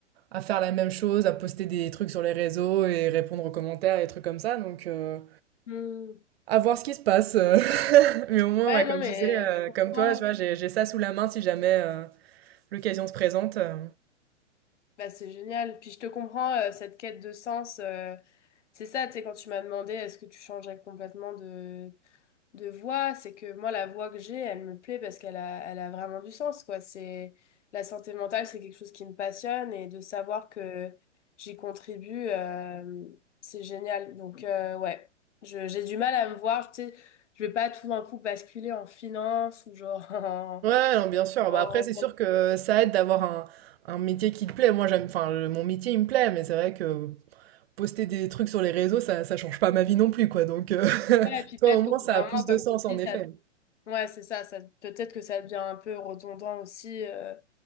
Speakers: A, on the right; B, on the left.
A: à faire la même chose, à poster des trucs sur les réseaux et répondre aux commentaires et des trucs comme ça. Donc, euh,
B: Hmm.
A: à voir ce qui se passe. euh. <laughs> Mais au moins,
B: Ouais,
A: ouais, comme
B: non, mais
A: je disais, euh,
B: je comprends.
A: comme toi, tu vois, j'ai, j'ai ça sous la main si jamais euh, l'occasion se présente. euh.
B: Bah, c'est génial. Puis je te comprends, euh, cette quête de sens. euh, c'est ça, tu sais, quand tu m'as demandé est-ce que tu changerais complètement de de voix, c'est que moi, la voix que j'ai, elle me plaît parce qu'elle a, elle a vraiment du sens, quoi. C'est, la santé mentale, c'est quelque chose qui me passionne et de savoir que j'y contribue, euh, c'est génial. Donc, euh, ouais, je, j'ai du mal à me voir, tu sais, je vais pas tout d'un coup basculer en finance ou genre <laughs> en...
A: Ouais, non, bien sûr.
B: en...
A: Bah, après, c'est sûr que ça aide d'avoir un, un métier qui te plaît. Moi, j'aime, enfin, le- mon métier, il me plaît, mais c'est vrai que poster des trucs sur les réseaux, ça, ça change pas ma vie non plus, quoi. Donc, euh, <laughs>
B: Ouais, et puis
A: toi,
B: peut-être
A: au moins,
B: qu'au bout
A: ça
B: d'un
A: a plus
B: moment,
A: de
B: comme
A: sens,
B: tu dis,
A: en effet.
B: ça, Ouais, c'est ça, ça peut-être que ça devient un peu redondant aussi, euh,